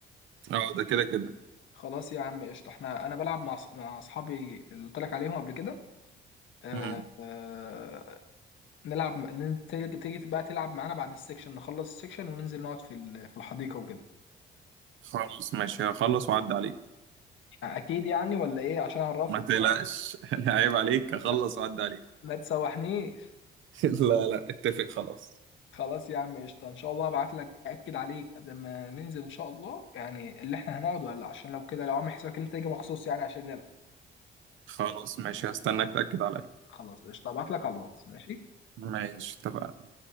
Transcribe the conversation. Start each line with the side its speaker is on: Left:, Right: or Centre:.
Right: اه ده كده كده
Left: خلاص يا عم قشطة احنا انا بلعب مع أص- مع اصحابي اللي قلت لك عليهم قبل كده آه
Right: مم.
Left: آه نلعب نن- تيجي تيجي بقى تلعب معانا بعد السكشن نخلص السكشن وننزل نقعد في ال- في الحديقة وكده
Right: خلاص ماشي هخلص واعدي عليك
Left: آه، اكيد يعني ولا ايه عشان اعرف
Right: ما تقلقش
Left: <laughs>
Right: <laughs> عيب عليك هخلص
Left: ما,
Right: واعدي عليك
Left: ما تسوحنيش
Right: <laughs> لا لا اتفق خلاص
Left: خلاص يا عم قشطة ان شاء الله ابعت لك اكد عليك قبل ما ننزل ان شاء الله يعني اللي احنا هنقعد ولا لا عشان لو كده لو عامل حسابك ان انت تيجي مخصوص يعني عشان نلعب
Right: خلاص ماشي هستناك
Left: ماشي
Right: تأكد عليا
Left: خلاص قشطة ابعت لك على الواتس ماشي
Right: ماشي اتفقنا